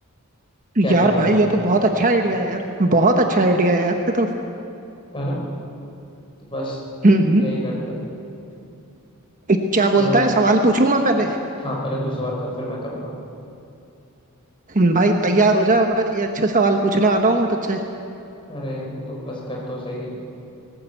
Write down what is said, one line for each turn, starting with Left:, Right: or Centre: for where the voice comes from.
Left: क्या
Right: यार
Left: ख्याल है
Right: भाई
Left: तुम्हारा
Right: ये तो बहुत अच्छा आइडिया है यार बहुत अच्छा आइडिया है यार ये तो
Left: है ना तो बस
Right: हम्म हम्म।
Left: यही करते हैं
Right: क्या बोलता
Left: तो
Right: है सवाल पूछूं मैं पहले
Left: हाँ पहले तू सवाल कर फिर मैं करूँगा
Right: हम्म, भाई तैयार हो जा भाई अच्छे सवाल पूछने वाला हूँ मैं तुझसे
Left: अरे तू बस कर तो सही